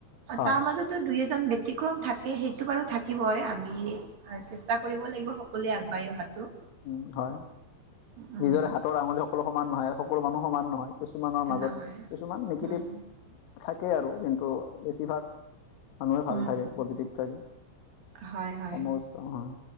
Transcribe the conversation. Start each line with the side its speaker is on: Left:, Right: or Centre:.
Left: হয়
Right: তাৰ মাজতো দুই এজন ব্যতিক্ৰম থাকে। সেইটো বাৰু থাকিবই। আমি অ চেষ্টা কৰিব লাগিব সকলোৱে আগবাঢ়ি অহাটো।
Left: উম, হয়।
Right: উম
Left: নিজৰে হাতৰ আঙুলি সকলো সমান নহয় আ সকলো মানুহ সমান নহয় কিছুমানৰ মাজত।
Right: নহয়
Left: কিছুমান নিগেটিভ।
Right: উম
Left: থাকে আৰু কিন্তু বেছিভাগ মানুহে ভাল
Right: উম
Left: থাকে, পজিটিভ থাকে।
Right: হয়, হয়
Left: সমস্ত হয়